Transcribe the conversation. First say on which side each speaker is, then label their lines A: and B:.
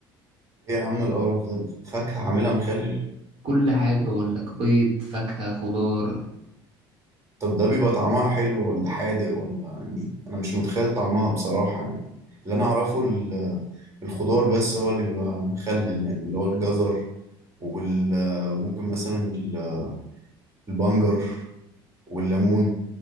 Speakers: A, on the right; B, on the right.
A: ايه يا عم القرف ده فاكهة عاملها مخلل
B: كل حاجة أقول لك بيض فاكهة خضار
A: طب ده بيبقى طعمها حلو ولا حادق ولا يعني انا مش متخيل طعمها بصراحة يعني اللي انا اعرفه ال- الخضار بس هو اللي بيبقى مخلل يعني اللي هو الجزر وال- وممكن مثلا ال- البنجر والليمون